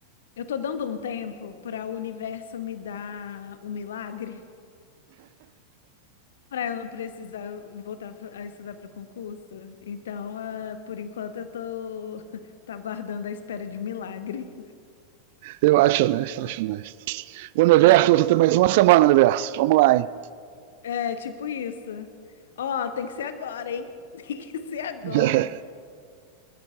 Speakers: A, on the left; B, on the right.
A: Eu tô dando um tempo para o universo me dar o milagre, para eu não precisar voltar a estudar para o concurso. Então, ah, por enquanto, eu tô, <laughs> tô aguardando a espera de um milagre.
B: Eu acho honesto, acho honesto. O universo,
A: É,
B: você tem mais uma semana, universo. Vamos lá, hein?
A: é, tipo isso. Ó, tem que ser agora, hein? <laughs> Tem que ser agora.
B: <laughs>